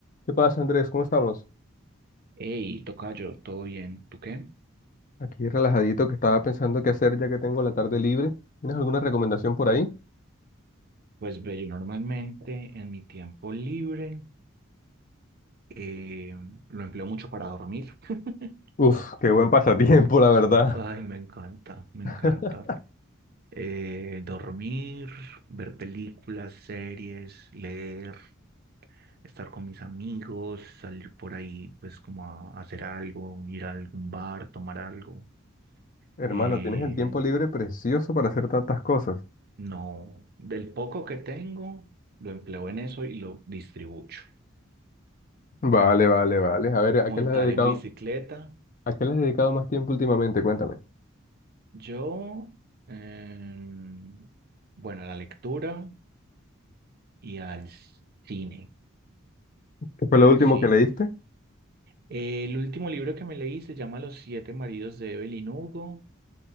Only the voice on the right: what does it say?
Hey, tocayo, ¿todo bien? ¿Tú qué?
Pues ve, yo normalmente en mi tiempo libre eh, lo empleo mucho para dormir. <laughs>
Ay, me encanta, me
encanta. Eh, dormir, ver películas, series, leer, estar con mis amigos, salir por ahí, pues como a hacer algo, ir a algún bar, tomar algo.
Eh,
No, del poco que tengo, lo empleo en eso y lo distribuyo.
Montar
en bicicleta,
yo, em, bueno, a la lectura y al cine,
sí.
El último libro que me leí se llama Los siete maridos de Evelyn Hugo.